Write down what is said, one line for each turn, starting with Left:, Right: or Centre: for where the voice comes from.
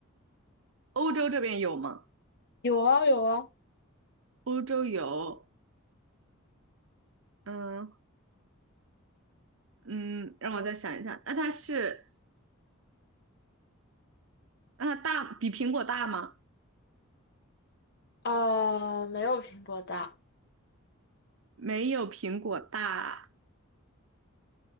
Right: 欧洲这边有吗？
Left: 有啊有啊，
Right: 欧洲有。嗯嗯，让我再想一下。那它是，那它大，比苹果大吗？
Left: 啊、没有苹果大。
Right: 没有苹果大，